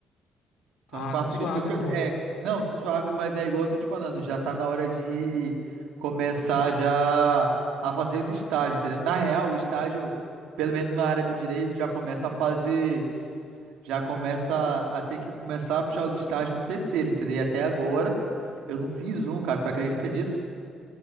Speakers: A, on the right (about 85°); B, on the left (about 75°).
A: Tô
B: Ah,
A: no quarto
B: tá suave,
A: período. Depois que eu-
B: pô.
A: é, não, tá suave, mas é igual eu tô te falando, já tá na hora de começar já a fazer os estágios, entendeu? Na real, o estágio, pelo menos na área do direito, já começa a fazer, já começa a ter que começar a puxar os estágios no terceiro, entendeu? E até agora eu não fiz um, cara. Tu acredita nisso?